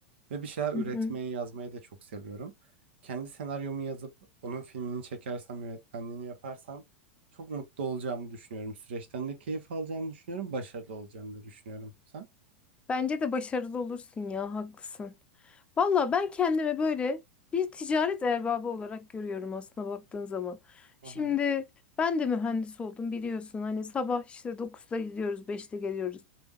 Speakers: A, on the right (about 70°); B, on the left (about 20°).
A: Ve bir şeyler
B: Hı
A: üretmeyi,
B: hı.
A: yazmayı da çok seviyorum. Kendi senaryomu yazıp onun filmini çekersem, yönetmenliğini yaparsam çok mutlu olacağımı düşünüyorum. Süreçten de keyif alacağımı düşünüyorum. Başarılı olacağımı da düşünüyorum. Sen?
B: Bence de başarılı olursun ya, haklısın. Valla ben kendimi böyle bir ticaret erbabı olarak görüyorum aslında baktığın zaman. Şimdi
A: Aha.
B: ben de mühendis oldum biliyorsun. Hani sabah işte dokuzda gidiyoruz, beşte geliyoruz.